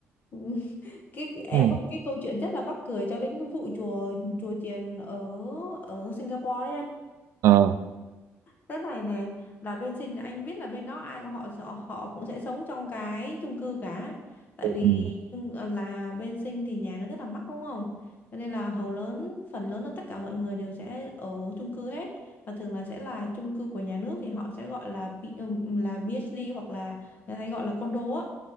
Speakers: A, on the left; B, on the right.
A: <laughs> cái cái- em
B: ờ
A: có một cái câu chuyện rất là mắc cười cho đến cái vụ chùa chùa chiền ở ở Singapore đấy anh
B: ờ
A: Thế này nè, là bên Sinh là anh biết là bên đó ai của họ họ họ cũng sẽ sống trong cái chung cư cả. Tại
B: ừ.
A: vì
B: ừ.
A: chung ờ, là bên Sinh thì nhà nó rất là mắc đúng không? Cho nên là hầu lớn phần lớn là tất cả mọi người đều sẽ ở chung cư hết và thường là sẽ là chung cư của nhà nước thì họ sẽ gọi là P- ừm, là PhD hoặc là người ta hay gọi là condo á.